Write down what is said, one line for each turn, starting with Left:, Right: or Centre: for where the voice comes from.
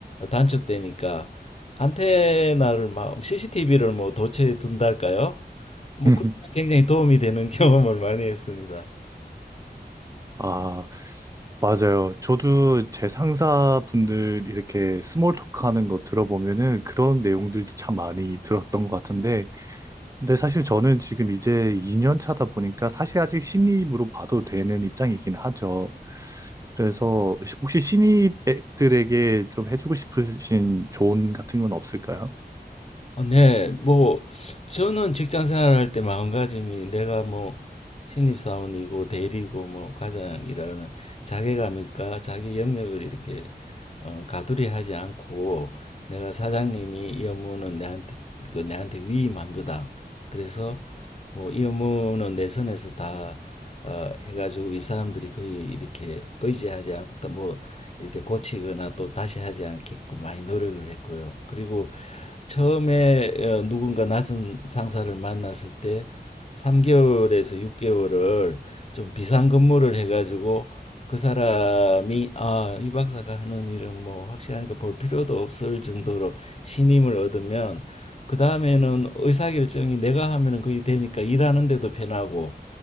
Left: 단축되니까, 안테나를 막 CCTV를 뭐 도처에 둔달까요? 뭐
Right: <laughs>
Left: 그런 굉장히 도움이 되는 <laughs> 경험을 많이 했습니다.
Right: 아, 맞아요. 저도 제 상사분들 이렇게 스몰 토크 하는 거 들어보면은 그런 내용들도 참 많이 들었던 것 같은데, 근데 사실 저는 지금 이제 2년 차다 보니까 사실 아직 신입으로 봐도 되는 입장이긴 하죠. 그래서 혹시 신입들에게 좀 해주고 싶으신 조언 같은 건 없을까요?
Left: 어, 네, 뭐, 저는 직장 생활할 때 마음가짐이 내가 뭐, 신입사원이고, 대리고, 뭐, 과장이라는 자괴감일까, 자기 영역을 이렇게, 어, 가두리 하지 않고, 내가 사장님이 이 업무는 내한테, 그, 내한테 위임한 거다. 그래서, 뭐, 이 업무는 내 선에서 다, 어, 해가지고, 이 사람들이 거의 이렇게 의지하지 않고, 또 뭐, 이렇게 고치거나 또 다시 하지 않게끔 많이 노력을 했고요. 그리고, 처음에 어, 누군가 낯선 상사를 만났을 때 3개월에서 6개월을 좀 비상근무를 해가지고 그 사람이 아, 이 박사가 하는 일은 뭐 확실하니까 볼 필요도 없을 정도로 신임을 얻으면 그 다음에는 의사결정이 내가 하면은 그게 되니까 일하는데도 편하고